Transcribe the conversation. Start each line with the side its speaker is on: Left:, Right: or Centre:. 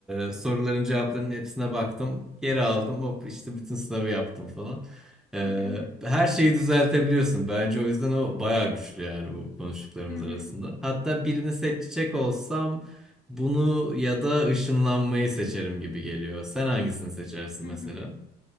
Centre: Ee, soruların cevaplarının hepsine baktım. Geri aldım, hop işte bütün sınavı yaptım falan. Ee,
Left: hı,
Centre: her şeyi düzeltebiliyorsun. Bence o yüzden o bayağı güçlü yani bu konuştuklarımız
Left: hı hı,
Centre: arasında. Hatta birini seçecek olsam bunu ya da ışınlanmayı seçerim gibi geliyor. Sen hangisini seçersin
Left: hı
Centre: mesela?
Left: hı.